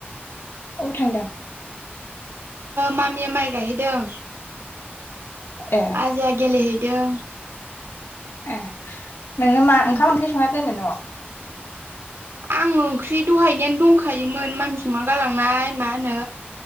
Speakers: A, on the left; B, on the right.
A: अबाव थांदों
B: मामिया माइ गायहैदों
A: ए
B: राजाया गेलेहैदों
A: ए नोङो
B: उम
A: मा ओंखाम ओंख्रि संना दोनो न'आव
B: आं ओंख्रि दहायनियानो दंखायोमोन मामि संना गालांनाय मा होनो